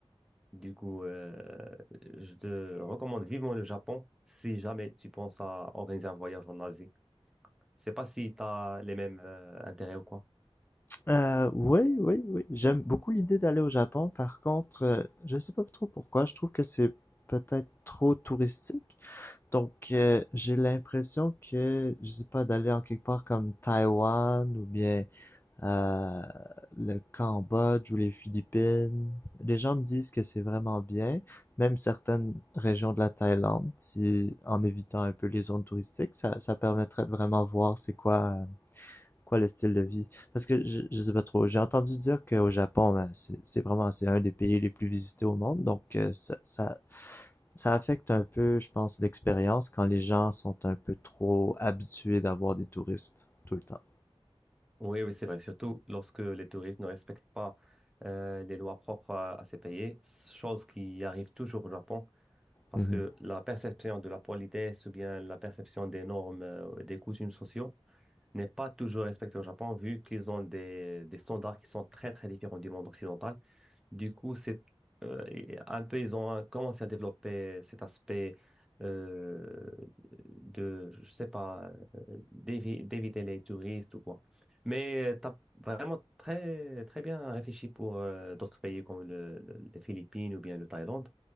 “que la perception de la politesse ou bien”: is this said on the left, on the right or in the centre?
Centre